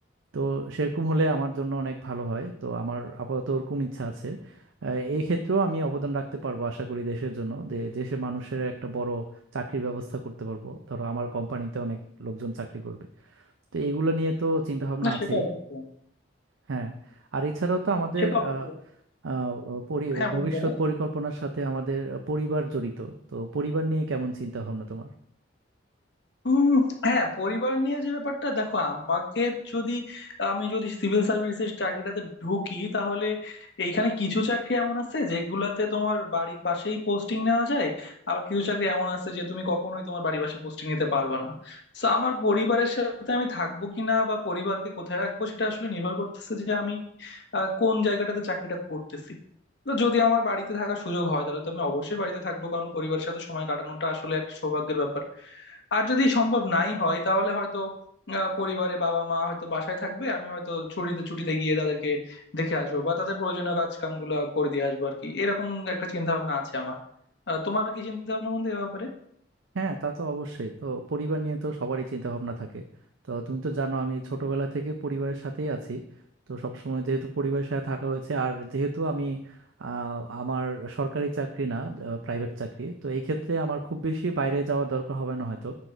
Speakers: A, on the right; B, on the left.
A: তো সেরকম হলে আমার জন্য অনেক ভালো হয় তো আমার আপাতত ওরকম ইচ্ছা আছে আহ, এই ক্ষেত্রেও আমি অবদান রাখতে পারবো আশা করি দেশের জন্য যে দেশের মানুষের একটা বড় চাকরির ব্যবস্থা করতে পারবো ধরো আমার কোম্পানিতে অনেক লোকজন চাকরি করবে তো এগুলো নিয়ে তো চিন্তা ভাবনা
B: না সেটা
A: আছেই
B: অবশ্যই
A: হ্যাঁ আর এছাড়াও তো আমাদের
B: সে তো অবশ্যই
A: আহ, আহ, পরি-
B: হ্যাঁ বন্ধু
A: ভবিষ্যৎ
B: বলো
A: পরিকল্পনার সাথে আমাদের পরিবার জড়িত তো পরিবার নিয়ে কেমন চিন্তা ভাবনা তোমার
B: উম, হ্যাঁ পরিবার নিয়ে যে ব্যাপারটা দেখো আমাকে যদি আমি যদি সিভিল সার্ভিসের চাকরিটাতে ঢুকি তাহলে এইখানে কিছু চাকরি এমন আছে যেগুলাতে তোমার বাড়ির পাশেই পোস্টিং নেওয়া যায় আবার কিছু চাকরি এমন আছে যে তুমি কখনোই তোমার বাড়ির পাশে পোস্টিং নিতে পারবে না তো আমার পরিবারের সাথে আমি থাকবো কিনা বা পরিবারকে কোথায় রাখবো সেটা আসলে নির্ভর করতেছে যে আমি আহ, কোন জায়গাটাতে চাকরিটা করতেছি তো যদি আমার বাড়িতে থাকার সুযোগ হয় তাহলে তো আমি অবশ্যই বাড়িতে থাকবো কারণ পরিবারের সাথে সময় কাটানোটা আসলে একটা সৌভাগ্যের ব্যাপার আর যদি সম্ভব নাই হয় তাহলে হয়তো আহ, পরিবারে বাবা মা হয়তো বাসায় থাকবে আমি হয়তো ছুটিতে ছুটিতে গিয়ে তাদেরকে দেখে আসবো বা তাদের প্রয়োজনীয় কাজ কামগুলো করে দিয়ে আসবো আর কি এরকম একটা চিন্তা ভাবনা আছে আমার আহ, তোমার কি চিন্তা ভাবনা বন্ধু এ ব্যাপারে
A: হ্যাঁ তা তো অবশ্যই তো পরিবার নিয়ে তো সবারই চিন্তা ভাবনা থাকে তো তুমি তো জানো আমি ছোটবেলা থেকে পরিবারের সাথেই আছি তো সবসময় যেহেতু পরিবারের সাথে থাকা হয়েছে আর যেহেতু আমি আহ, আমার সরকারি চাকরি না প্রাইভেট চাকরি তো এই ক্ষেত্রে আমার খুব বেশি বাইরে যাওয়ার দরকার হবে না হয়তো